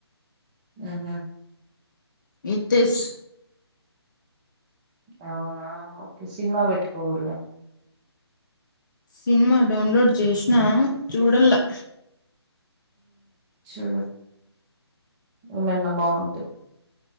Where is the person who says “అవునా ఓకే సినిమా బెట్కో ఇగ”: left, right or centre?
Right